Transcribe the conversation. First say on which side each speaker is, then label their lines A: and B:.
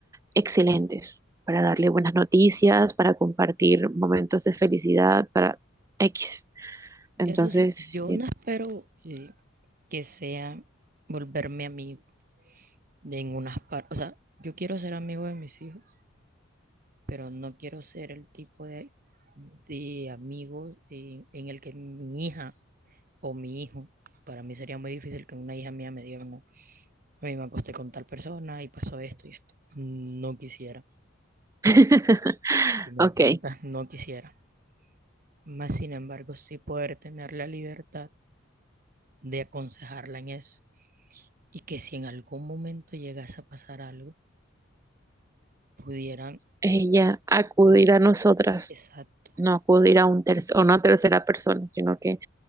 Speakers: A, on the right; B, on the right.
A: excelentes, para darle buenas noticias, para compartir momentos de felicidad, para X. Entonces,
B: Eso sí, yo
A: sí.
B: no espero eh, que sea volverme amigo de en unas partes, o sea, yo quiero ser amigo de mis hijos pero no quiero ser el tipo de, de amigo en, en el que mi hija o mi hijo, para mí sería muy difícil que una hija mía me diga, no, a mí me acosté con tal persona y pasó esto y esto. No quisiera.
A: <laughs>
B: Si me
A: ok,
B: lo preguntas, no quisiera. Más sin embargo, sí poder tener la libertad de aconsejarla en eso y que si en algún momento llegase a pasar algo, pudieran
A: ella acudir
B: con
A: a nosotras,
B: exacto.
A: no acudir a un tercer, o no a tercera persona, sino que